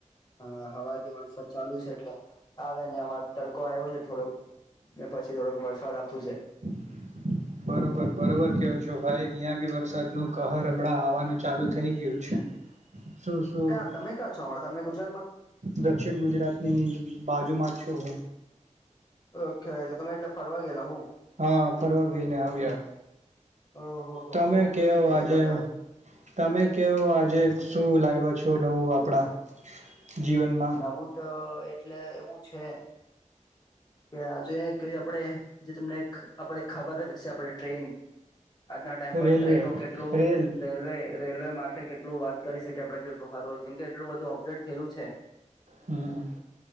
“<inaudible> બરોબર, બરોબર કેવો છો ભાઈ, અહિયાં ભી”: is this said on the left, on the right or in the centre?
Right